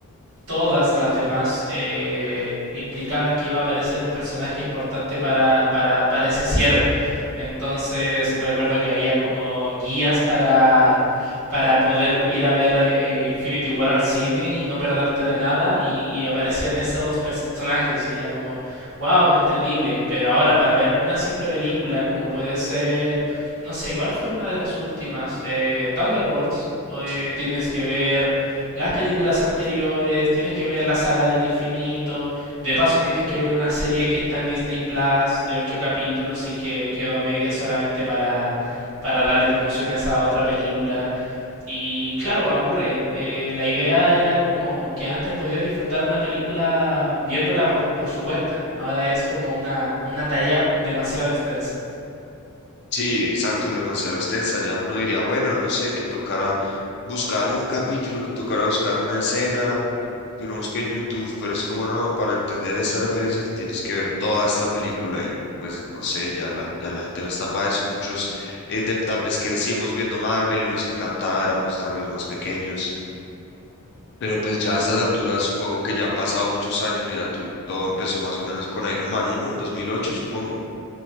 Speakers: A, on the right (about 70°); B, on the left (about 50°).
A: todas las demás eh, implicaban que iba a aparecer un personaje importante para, para, para ese cierre. Entonces recuerdo que había como guías para, para poder ir a ver eh, Infinity War al cine y no perderte de nada y, y aparecían esos personajes y era como, wow, entendible. Pero ahora para ver una simple película como puede ser, no sé, ¿cuál fue una de las últimas? Eh, Thunderbolts. eh, tienes que ver las películas anteriores, tienes que ver la saga del infinito, de paso tienes que ver una serie que está en Disney Plus de ocho capítulos y que quedó a medias solamente para, para darle promoción a esa otra película. Y claro, aburre. Eh, la idea era como que antes podías disfrutar una película viéndola por, por su cuenta. Ahora es como una, una tarea demasiado extensa.
B: Sí, exacto, demasiado extensa. Ya uno diría, bueno, no sé, que tocará buscar un capítulo, que tocará buscar una escena, que uno busque en YouTube, pero es como no, para entender esta referencia te tienes que ver toda esta película y pues no sé, ya la, ya la gente no está para eso. Muchos eh, de- tal vez crecimos viendo Marvel y nos encantaba, éramos tal vez más pequeños, pero pues ya a estas alturas supongo que ya han pasado muchos años. Mira, tú, todo empezó más o menos con Iron Man uno en 2008, supongo.